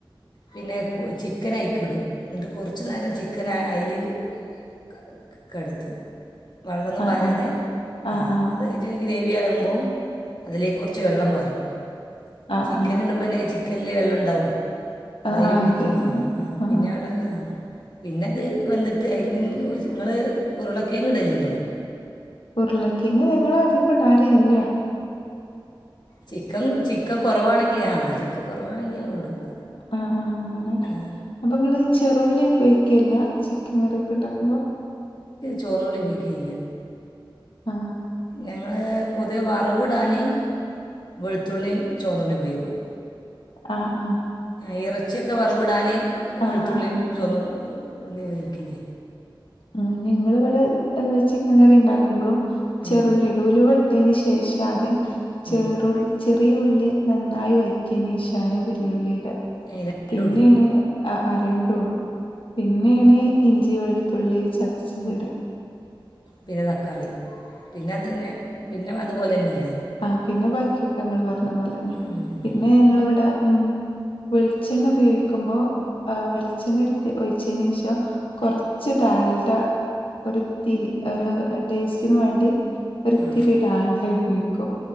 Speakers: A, on the left; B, on the left.
A: പിന്നെ ചിക്കനയ്ക്കിടും. ന്നിട്ട് കുറച്ച് നേരം ചിക്കൻ അയ്ല് <unintelligible> വള്ളൊന്നും
B: ആഹ്
A: പാരാതെ
B: ആഹ്
A: <unintelligible>
B: ആഹ് ആഹ്
A: വേവുമ്പോ അതിലേക്കൊറച്ച് വെള്ളം വാരും
B: ആഹ്
A: ചിക്കനിടുമ്പോ
B: ആഹ്
A: ചി ചിക്കനിൽ വെള്ളണ്ടാവും അതയ്ല്
B: ആഹ് ആഹ്
A: പിടിക്കും
B: അതെ ആഹ്
A: ആ പിന്നെ
B: ആഹ്
A: വെള്ളം പിന്നെ അത് വെന്തിട്ട് അതിന് ഇങ്ങള് ഉരുളകെയങ്ങ് ഇടലുണ്ടോ?
B: ഉരുളക്കിയങ്ങ് ഞങ്ങളധികം ഇടാറില്ല.
A: ചിക്കൻ ചിക്കൻ കൊറവാണെങ്കി ആ ചിക്കൻ കുറവാണെങ്കിൽ
B: ആ
A: ഞങ്ങൾ ഇടും
B: ആ അങ്ങനന്ന
A: ആ,
B: അപ്പൊ ങ്ങള് ചെറുള്ളി ഉപയോഗിക്കല്ല ച ചിക്കൻ കറിയൊക്കെണ്ടാക്കുമ്പോ
A: ചോന്നുള്ളി ഉപേയിക്കയില്ല.
B: ആ.
A: ഞങ്ങള് പൊതുവേ വറവ്ടാന് വെളുത്തുള്ളിം ചൊവന്നുള്ളി ഉപയോഗിക്കും.
B: ആ ആ.
A: ആ ഇറച്ചിയൊക്കെ വറുവിടാന്
B: ആഹ്
A: വെളുത്തുള്ളിയും
B: ആഹ് ആഹ്
A: ചൊന്നു ള്ളിയ <unintelligible>
B: ആ ഞങ്ങള് വടെ ചിക്കൻ കറി ഉണ്ടാക്കുമ്പോളും
A: ഉം,
B: ചെറുള്ളിടും ഉലുവട്ടയ്ന് ശേഷം ആദ്യം ചെറുൾ
A: ഉം.
B: ചെറു ചെറിയ ഉള്ളി നന്നായി വയറ്റിയന് ശേഷാണ് വെല്ലുള്ളിട
A: ഈ രണ്ടും
B: പിന്നെണ്
A: ഇടും
B: ആ ആ രണ്ടുംടും പിന്നേണ് ഇഞ്ചി വെളുത്തുള്ളി ചതച്ചത്ടാ
A: പിന്നെ തക്കാളി പിന്നെ അത് നെ പിന്നെ അതുപോലെന്നെയ്യ
B: ആ പിന്നെ ബാക്കിയൊക്കെ ഇങ്ങൾ പറഞ്ഞ പോലെന്നെ
A: ഉം.
B: പിന്നെ ഞങ്ങൾ വടെ ഉം വെളിച്ചെണ്ണ ഉപയോഗിക്കുമ്പോൾ ആ വെളിച്ചെണ്ണരു ഒഴിച്ചയ്ന് ശേഷം കൊറച്ച് ഡാൾഡ ഒരിത്തിരി ഒരു ടേസ്റ്റ്ന് വേണ്ടി ഒരിത്തിരി
A: ആ
B: ഡാൾഡയുപയോഗിക്കും